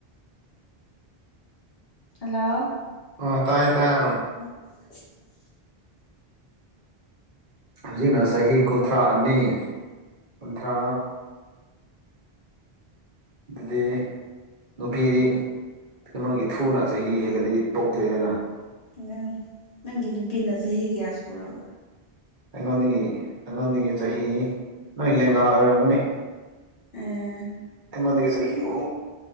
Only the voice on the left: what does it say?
ꯍꯜꯂꯣ
<inaudible>
ꯎꯝ
ꯎꯪ ꯅꯪꯒꯤ ꯅꯨꯄꯤꯅ ꯆꯍꯤ ꯀꯌꯥ ꯁꯨꯔꯕ
ꯑꯦ